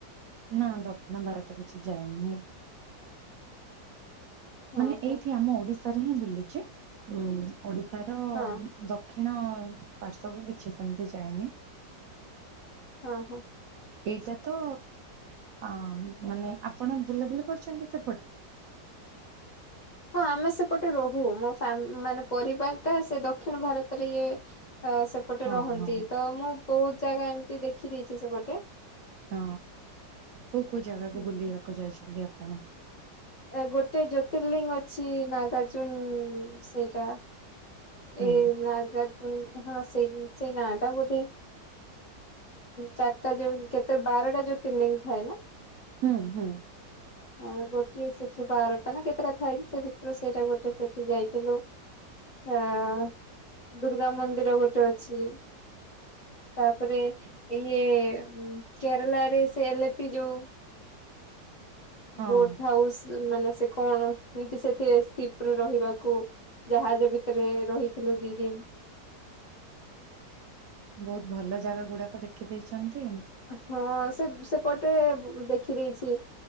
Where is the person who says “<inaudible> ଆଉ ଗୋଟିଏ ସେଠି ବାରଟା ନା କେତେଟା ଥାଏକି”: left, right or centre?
Left